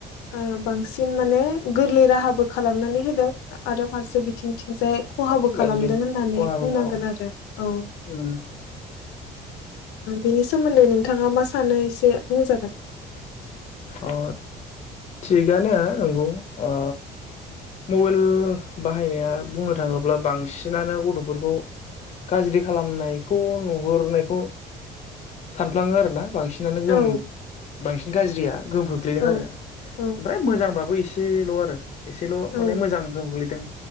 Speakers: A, on the left; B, on the left.
A: ओ बांसिन माने गोरलै राहाबो खालामनानै होदों। आरो फारसे बिथिंथिंजाय खहाबो
B: उम गाज्रि
A: खालामदों होननानै
B: खहाबो
A: बुंनांगोन
B: औ
A: आरो ओ
B: उम
A: बेनि सोमोन्दै नों थाङा मा सानो एसे बुंजागोन।
B: ओ थिगानो नंगौ ओ मबाइल बाहायनाया बुंनो थाङोब्ला बांसिनानो गथ'फोरखौ गाज्रि खालामनायखौ नुहुरनायखौ सानफ्लाङो आरोना बां सिनानो गोम
A: औ
B: बांसिन गाज्रिया गोहोम खोख्लैदों
A: औ
B: आरो
A: औ
B: ओमफ्राय मोजांबाबो एसेल' आरो। एसेल'
A: औ
B: माने मोजां गोहोम खोख्लै दों